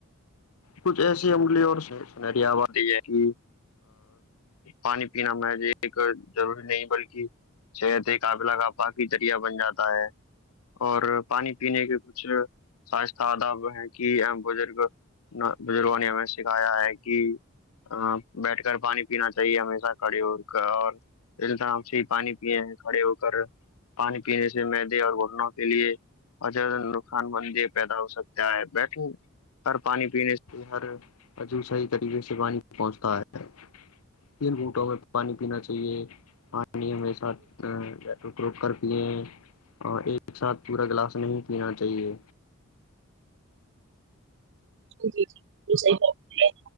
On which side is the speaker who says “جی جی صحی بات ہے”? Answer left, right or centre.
Right